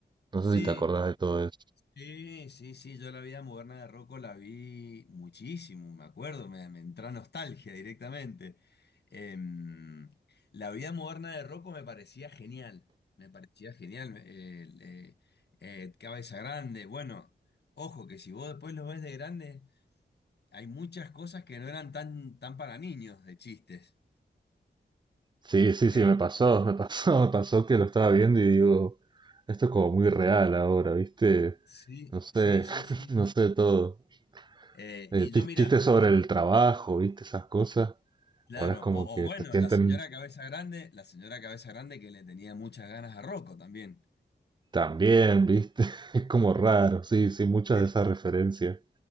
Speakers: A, on the right; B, on the left.
A: no
B: sí.
A: sé si te acordás de todo eso.
B: Sí, sí, sí. Yo la vida moderna de Rocco la vi muchísimo, me acuerdo, me, me entra nostalgia directamente. Em, la vida moderna de Rocco me parecía genial. Me parecía genial. me- el, eh, eh, Cabeza Grande. Bueno, ojo que si vos después lo ves de grande, hay muchas cosas que no eran tan, tan para niños de chistes.
A: Sí, sí,
B: Eh,
A: sí, me pasó, me pasó, <laughs> me pasó que lo estaba viendo y digo, esto es como muy real ahora, ¿viste?
B: Sí,
A: No sé,
B: sí, sí,
A: <laughs>
B: sí.
A: no sé todo.
B: Eh,
A: Eh,
B: y
A: chi-
B: yo, mira,
A: chistes sobre el trabajo, ¿viste? Esas cosas.
B: claro,
A: Ahora es como
B: o,
A: que
B: o bueno,
A: se sienten
B: la señora Cabeza Grande, la señora Cabeza Grande que le tenía muchas ganas a Rocco también.
A: tan bien, ¿viste? <laughs> Es como raro, sí, sí, muchas
B: Eh,
A: de esas referencias.